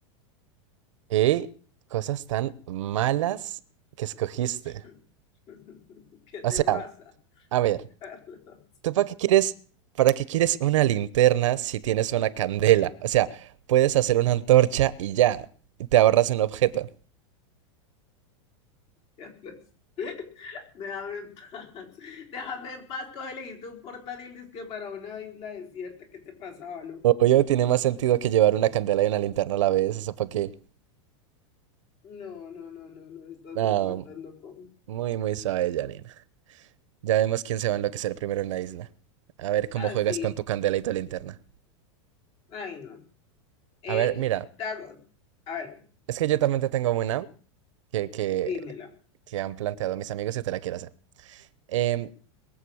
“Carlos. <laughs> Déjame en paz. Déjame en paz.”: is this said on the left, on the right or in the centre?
Left